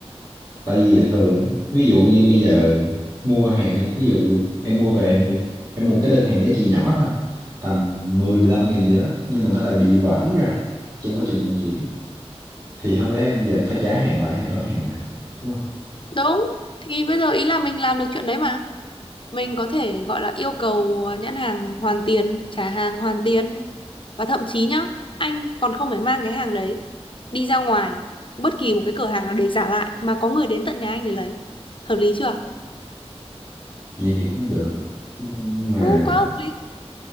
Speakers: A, on the right; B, on the left.
A: tại vì thường á, ví dụ như bây giờ mua hàng đi ví dụ em mua về em bị em mua cái đơn hàng giá trị nhỏ thôi tầm mười
B: Ừ.
A: mười lăm nghìn gì đó nhưng mà nó lại bị vỡ ra trong quá trình vận chuyển thì không lẽ em giờ em phải trả hàng lại hay đổi hàng lại đúng không
B: đúng thì bây giờ ý là mình làm được chuyện đấy mà mình có thể gọi là yêu cầu nhãn hàng hoàn tiền trả hàng hoàn tiền và thậm chí nhá anh còn không phải mang cái hàng đấy đi ra ngoài bất kỳ một cái cửa hàng nào để trả lại mà có người đến tận nhà anh để lấy hợp lý chưa
A: vậy thì cũng được nhưng mà
B: đúng quá hợp lý